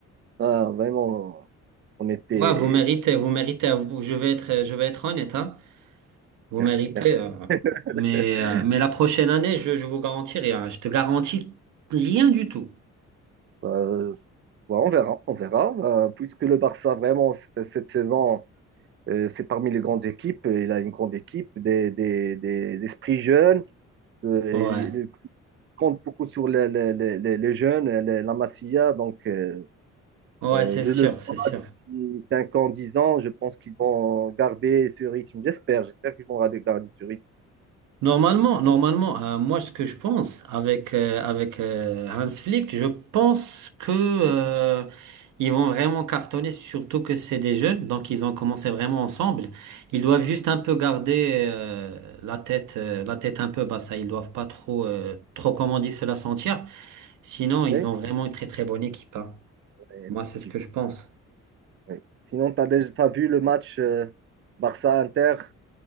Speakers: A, on the right (about 40°); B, on the right (about 85°).
A: Ah, vraiment, on était.
B: Ouais, vous méritez, vous méritez. Vous- Je vais être, je vais être honnête, hein? Vous
A: Merci,
B: méritez.
A: merci.
B: euh,
A: <laughs>
B: Mais, euh, mais la prochaine année, je, je vous garantis rien. Je te garantis rien du tout.
A: Euh, ouais, on verra, on verra. Euh, puisque le Barça, vraiment, cette cette saison. Euh, c'est parmi les grandes équipes. Il a une grande équipe, des, des, des esprits jeunes. Euh,
B: Ouais,
A: il compte beaucoup sur les, les- les- les jeunes, euh, les- la Masia. Donc, euh,
B: ouais,
A: euh,
B: c'est
A: je
B: sûr,
A: le
B: c'est
A: vois
B: sûr.
A: d'ici 5 ans, 10 ans. Je pense qu'ils vont garder ce rythme. J'espère, j'espère qu'ils vont garder garder ce rythme.
B: Normalement, normalement, euh, moi ce que je pense avec euh, avec euh, Hans Flick, je pense que euh, ils vont vraiment cartonner, surtout que c'est des jeunes, donc ils ont commencé vraiment ensemble. Ils doivent juste un peu garder euh, la tête euh, la tête un peu basse, hein. ils doivent pas trop euh, trop comme on dit se la sentir. Sinon,
A: Oui,
B: ils ont vraiment une très très bonne équipe. hein.
A: effectivement,
B: Moi, c'est ce que je pense.
A: oui. Sinon, tu as déjà t'as vu le match euh, Barça-Inter.